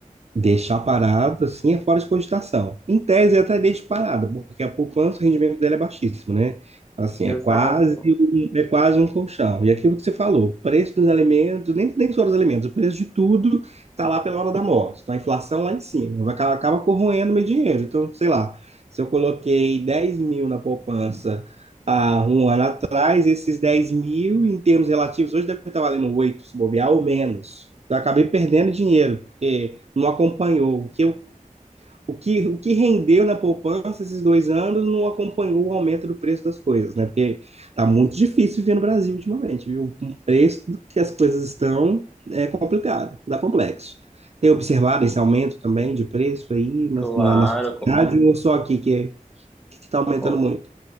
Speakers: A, on the right; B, in the centre.
A: Deixar parado, assim, é fora de cogitação. Em tese, eu até deixo parado, porque a poupança, o rendimento dela é baixíssimo, né? Assim, é
B: Exato.
A: quase um, é quase um colchão. E aquilo que você falou, preço dos alimentos, nem, nem só dos alimentos, o preço de tudo está lá pela hora da morte. Então, a inflação lá em cima, acaba, acaba corroendo meu dinheiro. Então, sei lá, se eu coloquei 10 mil na poupança há um ano atrás, esses 10 mil, em termos relativos, hoje deve estar valendo 8 se bobear, ou menos. Eu acabei perdendo dinheiro, porque não acompanhou. O que, eu- o que, o que rendeu na poupança esses dois anos não acompanhou o aumento do preço das coisas, né? Porque tá muito difícil viver no Brasil ultimamente, viu? O preço que as coisas estão é complicado, dá complexo. Tem observado
B: Sim.
A: esse aumento também de preço aí na,
B: Claro,
A: na, na sociedade
B: com,
A: ou só aqui que é- que está aumentando
B: com-
A: muito?